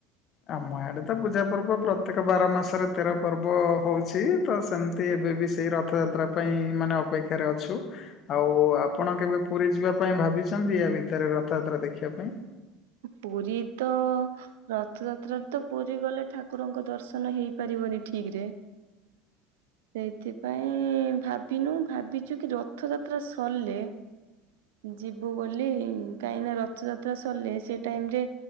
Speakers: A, on the left; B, on the right.
A: ଆମ ଆଡ଼େ ତ ପୂଜା ପର୍ବ ପ୍ରତ୍ୟେକ ବାର ମାସରେ ତେର ପର୍ବ ହଉଛି ତ ସେମିତି ଏବେ ବି ସେଇ ରଥଯାତ୍ରା ପାଇଁ ମାନେ ଅପେକ୍ଷାରେ ଅଛୁ। ଆଉ ଆପଣ କେବେ ପୁରୀ ଯିବା ପାଇଁ ଭାବିଛନ୍ତି, ୟା ଭିତରେ ରଥଯାତ୍ରା ଦେଖିବା ପାଇଁ?
B: ପୁରୀ ତ ରଥଯାତ୍ରା ତ ପୁରୀ ଗଲେ ଠାକୁରଙ୍କ ଦର୍ଶନ ହେଇପାରିବନି ଠିକ ରେ। ସେଇଥିପାଇଁ ଭାବିନୁ, ଭାବିଛୁ କି ରଥଯାତ୍ରା ସରିଲେ ଯିବୁ ବୋଲି। କାହିଁକି ନା ରଥଯାତ୍ରା ସରିଲେ ସେ ଟାଇମ ରେ